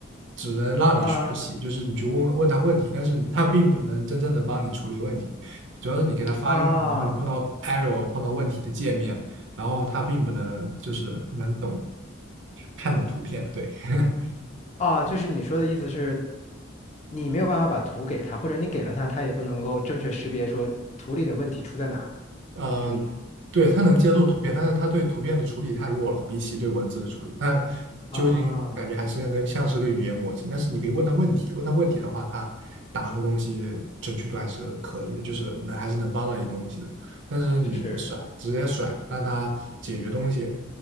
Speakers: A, on the right; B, on the left.
A: 只能让你学习，
B: 啊
A: 就是你去问问他问题，但是他并不能真正的帮你处理问题，主要是你给他发一个，
B: 啊
A: 比如说你碰到 error 碰到问题的界面，然后他并不能就是能懂看懂图片，对，<laughs>
B: 啊，就是你说的意思是，你没有办法把图给他，或者你给了他，他也不能够正确识别说图里的问题出在哪儿，
A: 嗯、
B: 是这个意思吗？
A: 对，他能接受图片，但是他对图片的处理太弱了，比起对文字的处理，但究竟感觉还是那个像是个语言模型。
B: 啊，
A: 但是你可以问他问题，问他问题的话，他答的东西准确度还是可以的，就是能还是能帮到你东西的。但是你甩直接甩让他解决东西，
B: 是，